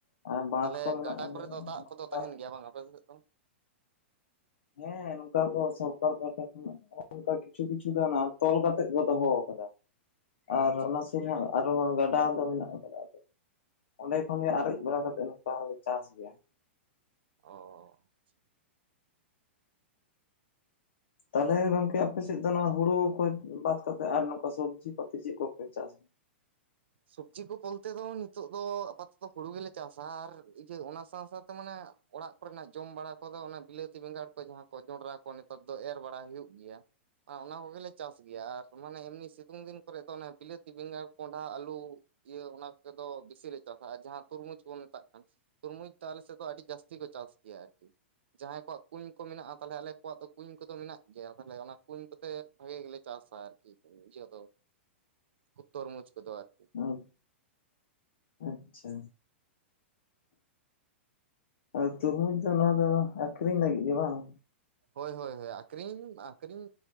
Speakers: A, on the left; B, on the right.
A: ᱟᱨ ᱵᱟᱸᱫᱷ
B: ᱛᱟᱦᱚᱞᱮ
A: ᱠᱚ ᱢᱮᱱᱟᱜ
B: ᱜᱟᱰᱟ
A: ᱟᱠᱟᱫᱟ
B: ᱠᱚᱨᱮ ᱫᱚ ᱫᱟᱜ ᱠᱚ ᱫᱚ ᱛᱟᱦᱮᱱ ᱜᱮᱭᱟ ᱵᱟᱝ ᱟᱯᱮ ᱠᱚᱥᱮᱫ ᱫᱚ
A: ᱦᱮᱸ ᱱᱚᱝᱠᱟ ᱠᱚ ᱥᱚᱨᱠᱟᱨ ᱯᱟᱦᱴᱟ ᱠᱷᱚᱱᱟᱜ ᱚᱱᱠᱟ ᱠᱤᱪᱷᱩ ᱠᱤᱪᱷᱩ ᱫᱚ ᱱᱟᱦᱟᱜ ᱛᱚᱞ ᱠᱟᱛᱮᱜ ᱠᱚ ᱫᱚᱦᱚ ᱟᱠᱟᱫᱟ
B: ᱚ
A: ᱟᱨ
B: ᱟᱪᱪᱷᱟ
A: ᱚᱱᱟ ᱥᱩᱨ ᱨᱮ ᱦᱟᱜ ᱟᱨᱦᱚᱸ ᱜᱟᱰᱟ ᱫᱚ ᱢᱮᱱᱟᱜ ᱠᱟᱫᱟ ᱚᱸᱰᱮ ᱠᱷᱚᱱ ᱜᱮ ᱟᱨᱮᱡ ᱵᱟᱲᱟ ᱠᱟᱛᱮ ᱱᱚᱝᱠᱟ ᱦᱚᱸᱞᱮ ᱪᱟᱥ ᱜᱮᱭᱟ
B: ᱳᱻ
A: ᱛᱟᱦᱚᱞᱮ ᱜᱚᱝᱠᱮ ᱟᱯᱮ ᱥᱮᱫ ᱫᱚ ᱱᱚᱣᱟ ᱦᱩᱲᱩ ᱠᱚ ᱵᱟᱫ ᱠᱟᱛᱮᱫ ᱟᱨ ᱱᱚᱝᱠᱟ ᱥᱚᱵᱡᱤ ᱠᱚᱛᱮ ᱪᱮᱫ ᱠᱚᱯᱮ ᱪᱟᱥᱟ
B: ᱥᱚᱵᱡᱤ ᱠᱚ ᱵᱚᱞᱛᱮ ᱫᱚ ᱱᱤᱛᱚᱜ ᱫᱚ ᱟᱯᱟᱛᱚᱛᱚ ᱦᱩᱲᱩ ᱜᱮᱞᱮ ᱪᱟᱥᱟ ᱟᱨ ᱤᱭᱟᱹ ᱚᱱᱟ ᱥᱟᱶ ᱥᱟᱶᱛᱮ ᱢᱟᱱᱮ ᱚᱲᱟᱜ ᱠᱚᱨᱮ ᱱᱟᱜ ᱡᱚᱢ ᱵᱟᱲᱟ ᱠᱚ ᱫᱚ ᱚᱱᱟ ᱵᱤᱞᱟᱹᱛᱤ ᱵᱮᱸᱜᱟᱲ ᱠᱚ ᱡᱟᱦᱟᱸ ᱠᱚ ᱡᱚᱸᱰᱨᱟ ᱠᱚ ᱱᱮᱛᱟᱨ ᱫᱚ ᱮᱨ ᱵᱟᱲᱟ ᱦᱩᱭᱩᱜ ᱜᱮᱭᱟ ᱟ ᱚᱱᱟ ᱠᱚᱜᱮᱞᱮ ᱪᱟᱥ ᱜᱮᱭᱟ ᱟᱨ ᱢᱟᱱᱮ ᱮᱢᱱᱤ ᱥᱤᱛᱩᱝ ᱫᱤᱱ ᱠᱚᱨᱮ ᱫᱚ ᱚᱱᱮ ᱵᱤᱞᱟᱹᱛ ᱵᱮᱸᱜᱟᱲ, ᱠᱚᱸᱰᱷᱟ, ᱟᱹᱞᱩ ᱤᱭᱟᱹ ᱚᱱᱟ ᱠᱚᱜ ᱫᱚ ᱵᱮᱥᱤ ᱞᱮ ᱪᱟᱥᱟ ᱟᱨ ᱡᱟᱦᱟᱸ ᱛᱩᱨᱢᱩᱡᱽ ᱵᱚᱱ ᱢᱮᱛᱟᱜ ᱠᱟᱱ ᱛᱩᱨᱢᱩᱡ ᱛᱟ ᱟᱞᱮ ᱥᱮᱫ ᱫᱚ ᱟᱹᱰᱤ ᱡᱟᱹᱥᱛᱤ ᱠᱚ ᱪᱟᱥ ᱜᱮᱭᱟ ᱟᱨᱠᱤ ᱡᱟᱦᱟᱸᱭ ᱠᱚᱣᱟᱜ ᱠᱩᱧ ᱠᱚ ᱢᱮᱱᱟᱜᱼᱟ ᱛᱟᱦᱚᱞᱮ ᱟᱞᱮ ᱠᱚᱣᱟᱜ ᱫᱚ ᱠᱩᱧ ᱠᱚ ᱫᱚ ᱢᱮᱱᱟᱜ ᱜᱮᱭᱟ ᱛᱟᱦᱚᱞᱮ ᱚᱱᱟ ᱠᱩᱧ ᱠᱚᱛᱮ ᱵᱷᱟᱜᱤ ᱜᱮᱞᱮ ᱪᱟᱥᱟ ᱟᱨᱠᱤ ᱤᱭᱟᱹ ᱫᱚ ᱠᱩᱛᱚᱨ ᱛᱚᱨᱢᱩᱡᱽ ᱠᱚ ᱫᱚ ᱟᱨᱠᱤ
A: ᱟᱨ ᱟᱪᱪᱷᱟ ᱟᱨ ᱛᱩᱨᱢᱩᱡ ᱫᱚ ᱱᱚᱣᱟ ᱫᱚ ᱟᱹᱠᱷᱨᱤᱧ ᱞᱟᱹᱜᱤᱫ ᱜᱮ ᱵᱟᱝ
B: ᱦᱳᱭ ᱦᱳᱭ ᱦᱳᱭ ᱟᱠᱷᱨᱤᱧ ᱟᱠᱠᱷᱨᱤᱧ